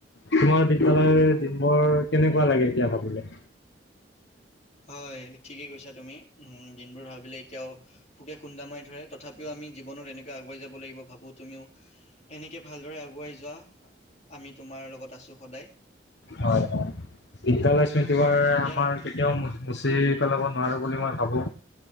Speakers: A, on the left (about 65°); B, on the left (about 40°).
A: তোমাৰ বিদ্যালয়ৰ দিনবোৰ কেনেকুৱা লাগে এতিয়া ভাবিলে?
B: হয় ঠিকেই কৈছা তুমি উম দিনবোৰ ভাবিলে এতিয়াও সুকে খুন্দা মাৰি ধৰে। তথাপিও আমি জীৱনত এনেকে আগুৱাই যাব লাগিব ভাবো তুমিও এনেকে ভালদৰে আগুৱাই যোৱা। আমি তোমাৰ লগত আছোঁ সদায়।
A: হয় হয়। বিদ্যালক্ষ্মী তোমাৰ
B: দিয়া
A: আমাৰ। কেতিয়াও মুচি পেলাব নোৱাৰো বুলি মই ভাবো।